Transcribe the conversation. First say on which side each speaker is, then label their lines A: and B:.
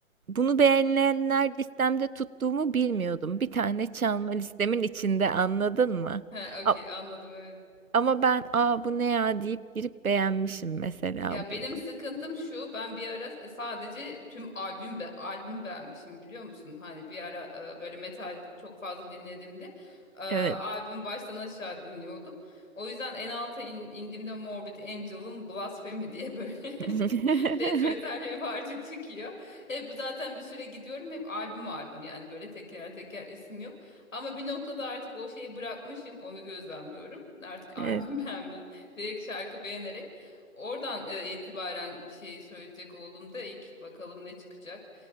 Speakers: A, on the right; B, on the left.
A: bunu beğenilenler listemde tuttuğumu bilmiyordum. Bir tane çalma listemin içinde anladın mı?
B: Ha, okey
A: A-
B: anladım evet.
A: ama ben aa bu ne ya deyip girip beğenmişim mesela
B: Ya benim
A: bunu.
B: sıkıntım şu, ben bir ara e, sadece tüm albüm be, albüm beğenmişim biliyor musun? Hani bir ara e, böyle metal çok fazla dinlediğimde e, albüm
A: Evet.
B: baştan aşağı dinliyordum. O yüzden en alta in- indiğimde Morbid Angel'ın Blasphemy diye böyle <laughs>
A: <laughs>
B: death metal bir parça çıkıyor. Hep zaten bir süre gidiyorum hep albüm albüm yani böyle teker teker isim yok. Ama bir noktada artık o şeyi bırakmışım onu gözlemliyorum. Artık albüm
A: Evet.
B: <laughs> beğenmeyi direkt şarkı beğenerek. Oradan e, itibaren bir şey söyleyecek olduğumda ilk bakalım ne çıkacak.